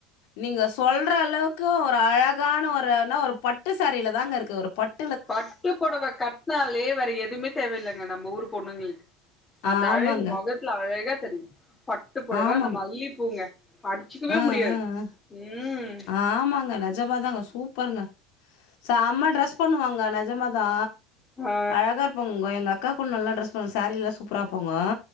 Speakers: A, on the left; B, on the left.
A: நீங்க சொல்ற அளவுக்கு ஒரு அழகான ஒருனா ஒரு பட்டு சாரில தாங்க இருக்கு ஒரு பட்
B: பட்டுப்புடவ கட் ட்னாலே வேற எதுமே தேவ இல்லங்க நம்ம ஊரு பொண்ணுங்களுக்கு அந்த
A: ஆமாங்க
B: அழகு மொகத் துல அழகா தெரியு பட்டு பொடவ
A: ஆமாங்க
B: அந்த மல்லி பூங்க அடுச்சுக்கவே
A: ம்,
B: முடியாது
A: ம்.
B: ம்
A: ஆமாங்க. நெஜமா தாங்க. சூப்பருங்க. செம்ம டிரஸ் பண்ணுவாங்க நெஜமாதா
B: ஆ
A: அழகா இருப்பாங் வ எங்க அக்கா கூ நல்லா ட்ரெஸ் பண்ண சாரீல்லா சூப்பரா வப்பாங்க